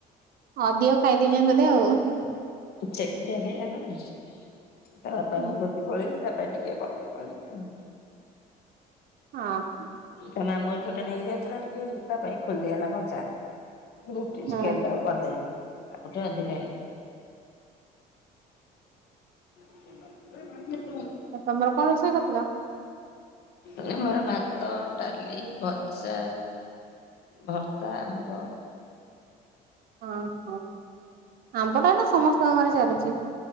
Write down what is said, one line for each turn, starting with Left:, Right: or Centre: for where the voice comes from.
Right: ଅଧିକ ଖୁଆଇଦେଇଛନ୍ତି ବୋଧେ ଆଉ।
Left: ଚକୁଟିଆ ଖାଇଲା ଘରେ ତା ବାପା
Right: ହଁ
Left: ମୁଁ ପଳେଇଲୁ ତା ପାଇଁ ଟିକେ କରିଦେଇ ପଳେଇଲୁ ଆଉ।
Right: ହଁ।
Left: ତା ମାମୁଁ ଏଇପଟେ ନେଇ କି ଯାଉଥିଲା ଟିକେ ତା ପାଇଁ ଖୋଲିଦେଇଗଲା କଞ୍ଚା। ରୁଟି
Right: ହଁ
Left: ଚିକେନ ଟାକୁ କରିଦେନି ତାକୁ ଟିକେ ଅଧିକା ହେଇଗଲା। <unintelligible>
Right: ଆଉ ତମର କଣ ରୋଷେଇ କରିଥିଲ?
Left: ଏଇ ମୋର ଭାତ, ଡାଲି, ଭଜା। ଭର୍ତା, ଆମ୍ବ।
Right: ଓହୋ ଆମ୍ବଟା ଏଇନା ସମସ୍ତଙ୍କ ଆଡ଼େ ଚାଲୁଛି।